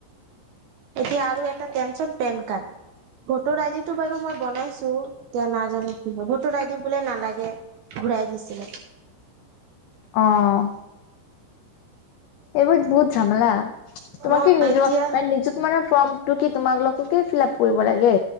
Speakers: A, on the right (about 75°); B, on the left (about 85°).
A: এতিয়া আৰু এটা টেনশ্যন পেন কাৰ্ড। ভোটৰ আইদিটো বাৰু মই বনাইছো এতিয়া নাজানো কি ভোটৰ আইদি বলে নালাগে ঘূৰাই দিছিলে।
B: অ'। এইবোৰ বহুত ঝামেলা তোমাক
A: অ
B: কি নিজৰ
A: এতিয়া
B: <unintelligible> নিজ <unintelligible> ফৰ্মটো কি তোমালোকে ফিল আপ কৰিব লাগে